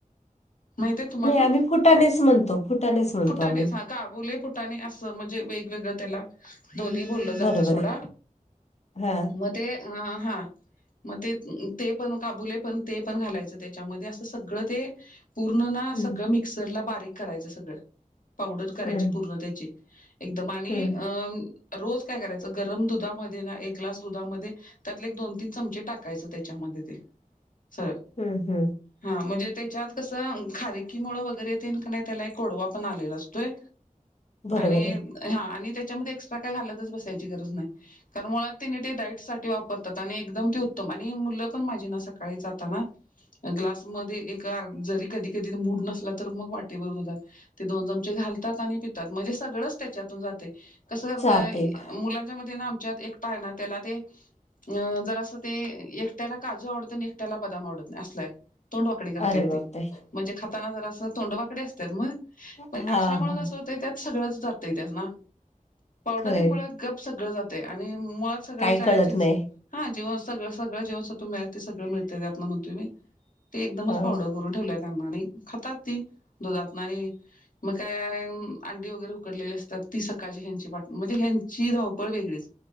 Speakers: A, on the left; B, on the left.
A: माहित आहे तुम्हाला
B: नाही आम्ही फुटानेच म्हणतो फुटाणेच म्हणतो
A: फुटाणेच
B: आम्ही
A: हा काबुले फुटाणे अस म्हणजे वेगवेगळ त्याला दोन्ही टलं जात
B: बरोबर
A: सोडा
B: आहे हा
A: मग ते अ हा मग ते ते पण काबुले पण ते पण घालायचं त्याच्यामध्ये असं सगळं ते पूर्ण ना
B: हम्म
A: सगळं मिक्सरला बारीक करायचं सगळं पावडर करायची
B: हम्म
A: पूर्ण त्याची एकदम आणि
B: हम्म
A: अ रोज काय करायचं गरम दुधामध्ये ना एक ग्लास दुधामध्ये त्यातले एक दोन तीन चमचे टाकायच त्याच्यामध्ये ते सर
B: हम्म हम्म!
A: हा म्हणजे त्याच्यात कसं खारी कीमुळं वगैरे तेन का नाही त्याला एक गोडवा पण आलेला असतोय,
B: बरोबर
A: आणि
B: आहे
A: हा आणि त्याच्यामध्ये एक्स्ट्रा काय घालतच बसायची गरज नाही. कारण मुळात तेनी ते डाईट साठी वापरतात आणि एकदम ते उत्तम आणि मुलं पण माझी न सकाळी जाताना
B: <inaudible>
A: ग्लासमध्ये एक जरी कधी कधी मूड नसला तर मग वाटी भर दुधात ते दोन चमचे घालतात आणि पितात म्हणजे सगळंच त्याच्यातून जाते. कसं करतय
B: सात एक
A: मुलांच्या मध्ये ना आमच्यात एक <unintelligible> ना त्याला ते अ जर असं ते एकट्याला काजू आवडत आणि एकट्याला बदाम आवडत नाही असलाय. तोंडवाकडी करत्यात
B: अरे बापरे
A: ती म्हणजे खाताना जरा असं तोंड वाकडी असत्यात म,
B: हा
A: पण अशामुळे
B: हा
A: कसं होतय त्यात सगळंच जातय त्याना पावडरीमुळे
B: खरंय
A: गप सगळं जातय आणि मुळात सगळं
B: काय
A: जायाचीच.
B: कळत नाही
A: हां जेव्हा सगळ सगळं जीवनसत्व मिळेल ते सगळ मिळतंय त्यातन म्हणतो मी. ते एकदमच
B: हा
A: पावडर करून ठेवलेय त्यांना नी आणि खातात ती दुधातन नी मग काय अंडी वगैरे उकडलेली असतात ती सकाळची ह्यांची म्हणजे ह्यांची धावपळ वेगळीच